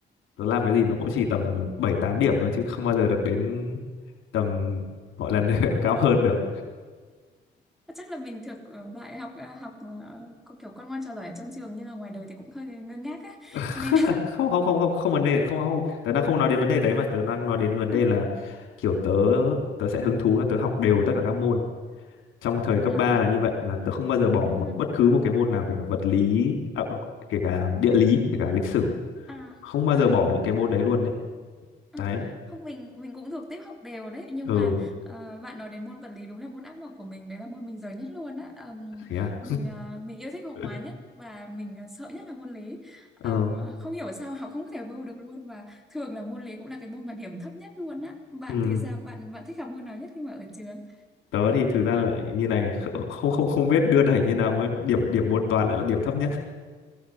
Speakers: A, on the left; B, in the centre.
A: Tớ làm cái gì nó cũng chỉ tầm 7 8 điểm thôi chứ không bao giờ được đến tầm gọi là <laughs> cao hơn được.
B: Chắc là mình thuộc ờ, loại học ờ, học ờ, có kiểu con ngoan trò giỏi ở trong trường nhưng mà ngoài đời thì cũng hơi ngơ ngác á
A: <laughs>
B: nên
A: Không không không không không vấn đề,
B: <laughs>
A: không không. Tớ đang không nói đến vấn đề đấy mà tớ đang nói đến vấn đề
B: à,
A: là kiểu tớ tớ sẽ hứng thú là tớ học đều tất cả các môn. Trong thời cấp
B: à,
A: 3 là như
B: à,
A: vậy là tớ không bao giờ bỏ một
B: à,
A: bất cứ một cái môn nào kể cả vật lý, à, kể cả địa lý, kể cả lịch sử,
B: à,
A: không bao
B: à,
A: giờ
B: à.
A: bỏ những cái môn đấy luôn ấy.
B: Ừ,
A: Đấy.
B: Không mình mình cũng thuộc tiếp học đều đấy nhưng
A: Ừ,
B: mà ờ, bạn nói đến môn vật lý đúng là môn ác mộng của mình đấy là môn mình dở nhất luôn á Ờm,
A: thế à.
B: mình ờ, mình yêu thích học
A: <laughs>
B: hóa nhất và mình ờ, sợ nhất là môn lý Ờm,
A: Ừ.
B: không hiểu sao học không có thể vô được luôn và thường là môn lý cũng là cái môn mà điểm thấp nhất luôn á bạn
A: Ừ.
B: thì sao bạn bạn thích học môn nào nhất khi mà ở trường
A: tớ thì thực ra lại như này kh- không không không biết đưa đẩy như nào mà điểm điểm môn toán lại là điểm thấp nhất